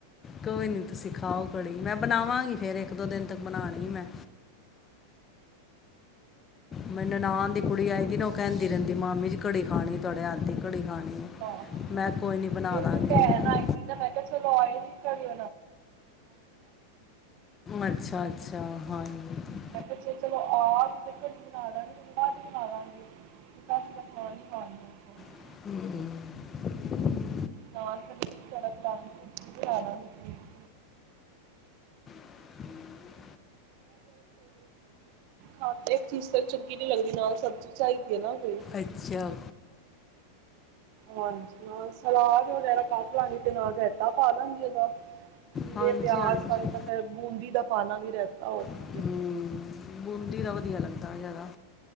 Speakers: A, on the left (about 25°); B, on the right (about 55°).
A: ਕੋਈ ਨੀ। ਸਿਖਾਓ ਘੜੀ ਮੈਂ ਬਣਾਵਾਂਗੀ ਫੇਰ ਇੱਕ ਦੋ ਦਿਨ ਤੱਕ ਬਣਾਣੀ ਮੈਂ। ਮੇਰੀ ਨਨਾਣ ਦੀ ਕੁੜੀ ਆਈ ਦੀ ਨਾ ਉਹ ਕਹਿੰਦੀ ਰਹਿੰਦੀ ਮਾਮੀ ਜੀ ਕੜੀ ਖਾਣੀ ਤੁਹਾਡੇ ਹੱਥ ਦੀ ਘੜੀ ਖਾਣੀ। ਹੈ
B: ਅੱ
A: ਮੈਂ ਕੋਈ ਨਹੀਂ ਬਣਾ
B: ਮੇਰੀ
A: ਦਾਂਗੀ
B: ਵੀ ਭੈਣ ਆਈਦੀ ਨਾ ਮੈਂ ਕਿਹਾ ਚਲੋ ਆਏ। ਕੜੀ <inaudible>
A: ਅੱਛਾ ਅੱਛਾ ਹਾਂਜੀ
B: ਮੈਂ ਕਿਹਾ ਚਲੋ ਆ ਵੀ ਤੇ ਤੁਡੀ ਬਣਾ ਲਵਾਂਗੇ ਬਾਅ ਚ ਬਣਾ ਲਾਂਗੇ ਤਾਂਸੀ ਤਾਂ ਖਾਣੀ <unintelligible>
A: ਹਮ
B: ਨਾਲ <unintelligible>
A: ਹਮ <unintelligible>
B: ਹਾਂ <unintelligible> ਇੱਕ ਚੀਜ਼ ਤੇ ਚੰਗੀ ਨੀ ਲੱਗਦੀ, ਨਾਲ ਸਬਜ਼ੀ ਚਾਹੀਦੀ ਹੈ ਨਾ ਕੋਈ।
A: ਅੱਛਾ
B: ਹਾਂਜੀ ਹੋਰ ਸਲਾਦ ਵਗੈਰਾ ਕੱਟ ਲਵਾਂਗੀ ਤੇ ਨਾਲ ਰਾਇਤਾ। ਪਾਲਾਂਗੇ ਉਹਦਾ ਖੀਰੇ,
A: ਹਾਂਜੀ
B: ਪਿਆਜ
A: ਹਾਂਜੀ
B: ਦਾ ਤਾਂ ਨਹੀਂ ਤਾਂ ਫਿਰ ਬੂੰਦੀ ਦਾ ਪਾ ਲਵਾਂਗੀ ਰਾਇਤਾ ਹੋਰ
A: ਹੂੰ
B: ਕੀ ਹੈ।
A: ਬੂੰਦੀ ਦਾ ਵਧੀਆ ਜ਼ਿਆਦਾ